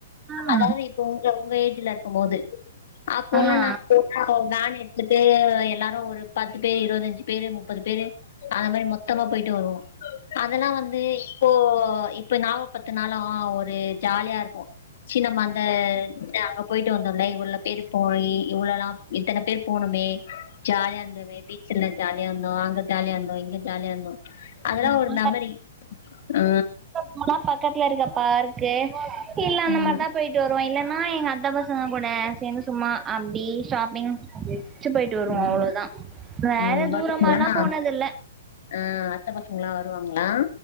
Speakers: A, on the right; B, on the left.
A: ஆ
B: அதாவ்து இப்ப உங்க உங்க ஏஜ்ல இருக்கு போது அப்போல்லா
A: ஆ
B: நாங் போ நாங்க ஒரு வேன் எத்துட்டு எல்லாரு ஒரு பத்து பேரு இருவத்தஞ்சு பேரு முப்பது பேரு அத மாரி மொத்தமா போயிட்டு வருவோ அதெல்லா வந்து இப்போ இப்ப நாவ பத்துனாலு ஒரு ஜாலியா இருக்கு ச்சி நம்மந்த அங்க போயிட்டு வந்தோல இவ்ளோ பேரு போயி இவ்ளோல்லா இத்தன பேர் போனமே ஜாலியா இருந்தம பீச் எல்லா ஜாலியா இருந்தோ அங்க ஜாலியா இருந்தோ இங்க ஜாலியா இருந்தோ அதெல்லா
A: நா <inaudible>
B: ஒரு மெமரி ஆ
A: நாளா பக்கத்துல இருக்க பார்க்கு இல்ல அந்த
B: ம்
A: மாரிதா போயி ட்டு வருவோ இல்லன்னா எங்க அத்த பசங்க கூட சேந்து சும்மா அப்டி ஷாப்பிங் ருச்சு போயிட்டு வருவோ
B: ம்
A: அவ்ளோதா வேற
B: ம் வருவாங்களா
A: தூரமாலா போனதில்ல
B: ஆ அத்த பசங்களா வருவாங்களா